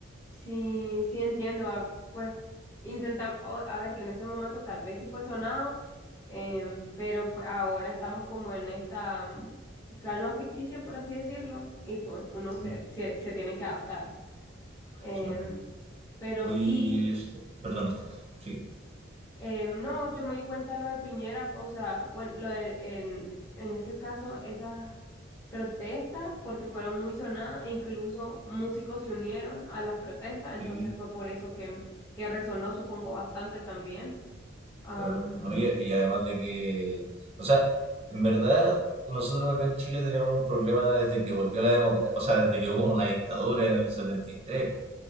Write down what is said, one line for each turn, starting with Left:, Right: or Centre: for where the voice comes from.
Left: Sí, sí entiendo, ah, pues intentamos, a ver, que en ese momento tal vez sí fue sonado, em, pero pues ahora estamos como en esta mm, calma ficticia, por así decirlo, y pues uno se,
Right: Ya,
Left: se, se tiene que adaptar. Em,
Right: Sí.
Left: pero
Right: Oye,
Left: sí.
Right: este- perdón, Steve. Sí,
Left: Eh, no, yo me di cuenta lo de Piñera, o sea, bueno, lo de, en, en ese caso, esas protestas, porque fueron muy sonadas, e incluso músicos se unieron a las protestas, entonces
Right: sí,
Left: fue por eso que, que resonó, supongo, bastante también. Am,
Right: claro. No, y, y además de que, o sea, en verdad... Nosotros acá en Chile tenemos un problema desde que volvió la democracia, o sea, desde que hubo una dictadura en el 73,